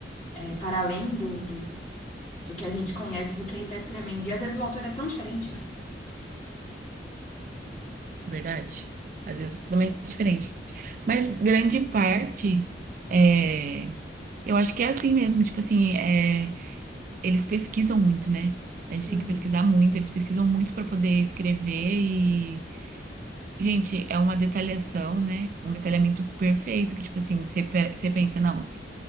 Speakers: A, on the left; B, on the right.
A: é, para além do, do, do que a gente conhece, do que ele está escrevendo. E às vezes o autor é tão diferente, né?
B: verdade? Às vezes é totalmente diferente. Mas grande parte é. Eu acho que é assim mesmo, tipo assim, é, eles pesquisam muito, né? A gente
A: Uhum.
B: tem que pesquisar muito, eles pesquisam muito para poder escrever Gente, é uma detalhação, né? Um detalhamento perfeito, que, tipo assim, você pe- você pensa, não.